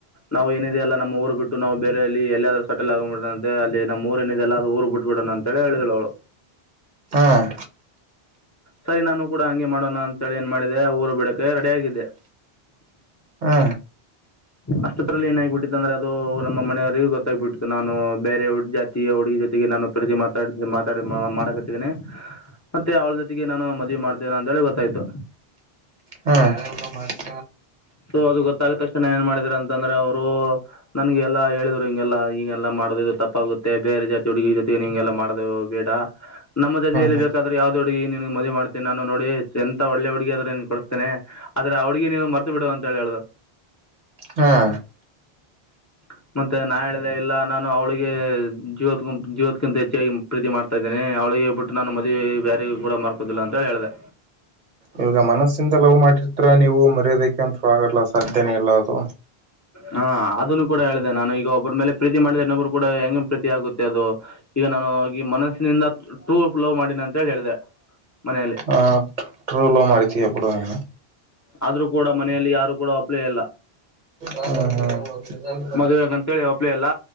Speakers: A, on the left (about 25°); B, on the right (about 50°).
A: ನಾವು ಏನಿದೆ ಎಲ್ಲಾ ನಮ್ಮ ಊರು ಬಿಟ್ಟ ನಾವ ಬೇರೆ ಎಲ್ಲಿ ಎಲ್ಲಾದರು ಸೆಟಲ್ ಆಗನಬಿಡ ಅಂತೆ ಅಲ್ಲಿ ನಮ್ಮ ಊರ ಏನಿದೆಲ್ಲ ಅ ಊರು ಬಿಟ್ಬಟ್ಟು ಅಂತಲ್ಲ ಹೇಳಿದಳ ಅವಳು
B: ಹಾಂ
A: ಸರಿ ನಾನು ಕೂಡ ಹಂಗೆ ಮಾಡೋಣ ಅಂತೇಳಿ ಏನ್ ಮಾಡಿದೆ ಊರ ಬಿಡಕೆ ರೆಡಿ ಆಗಿದ್ದೆ.
B: ಹಾ
A: ಅಷ್ಟತ್ರಲ್ಲ ಏನ ಆಗಿಬಿಟ್ಟಿತ್ತಂದ್ರೆ ಅದು ನಮ್ಮ ಮನೆಯವರಿಗೆ ಗೊತ್ತಾಗ್ಬಿಟ್ಟಿತ್ತು ನಾನು ಬೇರೆ ಜಾತಿಯ ಹುಡುಗಿ, ಜೊತೆಗೆ ನಾನು ಪ್ರೀತಿ ಮಾತಾಡ ಮಾತಾಡ ಮಾಡಕತ್ತನಿ. ಮತ್ತೆ ಅವಳ ಜೊತೆಗೆ ನಾನು ಮದವಿ ಮಾಡ್ತೇನ ಅಂತೇಳಿ ಗೊತ್ತಾಯ್ತು.
B: ಹಾಂ <inaudible>
A: ಸೊ ಅದು ಗೊತ್ತಾಗಾದ ತಕ್ಷಣ ಏನ್ ಮಾಡಿದ್ರ ಅಂತಂದ್ರೆ ಅವ್ರು ನನ್ಗೆ ಎಲ್ಲಾ ಹೇಳಿದ್ರು ಹಿಂಗೆಲ್ಲ ಈಗೆಲ್ಲಾ ಮಾಡ, ಮಾಡೊದ ಇದು ತಪ್ಪಾಗುತ್ತೆ ಬೇರೆ ಜಾತಿ ಹುಡುಗಿ ಜೊತೆ ಹಿಂಗೆಲ್ಲ ಮಾಡದು ಬೇಡ ನಮ್ಮ ಜಾತಿಯಲ್ಲಿ
B: ಹಾ
A: ಬೇಕಾದ್ರೆ ಯಾವ್ದ, ಹುಡಗಿ ನಿನಗ ಮದವಿ ಮಾಡ್ತೇನ ನಾನ ನೋಡಿ ಎಂತ ಒಳ್ಳೆ ಹುಡುಗಿ ಆದ್ರ ಕೊಡಿಸ್ತೇನೆ ಆದ್ರೆ ಹುಡುಗಿ ನೀನು ಮರತ ಬಿಡು. ತಳ ಆಳದ <unintelligible>
B: ಹಾ
A: ಹ ಮತ್ತೆ ನಾ ಹೇಳ್ದ ಇಲ್ಲ ನಾನು ಅವಳಿಗೆ ಜೀವತ್ ಜೀವತ್ಕ್ಕಿಂತ ಹೆಚ್ಚಾಗಿ ಪ್ರೀತಿ ಮಾಡ್ತಾ ಇದ್ದೇನೆ ಅವಳ ಗೆ ಬಿಟ್ಟು ನಾನು ಮದಿ ಬೇರೆಗ ಕೂಡ ಮಾರದಿಲ್ಲ ಅಂತ ಹೇಳಿ ಹೇಳಿದೆ
B: ಈವಗ ಮನಸ್ಸಿಂದ ಲವ್ ಮಾಡಿರ್ತ ನೀವು ಮರ್ಯೋದಕ್ಕೆ ಅಂತರು ಆಗಲ್ಲ ಸಾಧ್ಯನೇ ಇಲ್ಲ ಅದು
A: ಹಾ ಅದನ್ನು ಕೂಡ ಹೇಳಿದೆ ನಾನು ಈಗ ಒಬ್ಬ್ರ ಮೇಲೆ ಪ್ರೀತಿ ಮಾಡಿದ ಇನ್ನೊಬ್ಬರು ಕೂಡ ಹೆಂಗ ಪ್ರೀತಿ ಆಗುತ್ತೆ ಅದು ಈಗ ನಾನು ಆ ಮನಸ್ಸಿನಿಂದ ಟೂ್ ಲವ್ ಮಾಡನಿ ಅಂತ ಹೇಳಿ ಹೇಳಿದೆ ಮನೆಯಲ್ಲಿ
B: ಆ ಟ್ರೂಲವ್ ಮಾಡಿದ್ಯಾ ಬಿಡು ಅಂಗಾದ್ರೆ
A: ಆದ್ರೂ ಕೂಡ ಮನೆಯಲ್ಲಿ ಯಾರು ಕೂಡ ಒಪ್ಲೇ ಇಲ್ಲ
B: ಹ್ಮ್ ಹ್ಮ್
A: ಮದ್ುವಗ ಅಂತ ಹೇಳಿ ಒಪ್ಲ ಇಲ್ಲ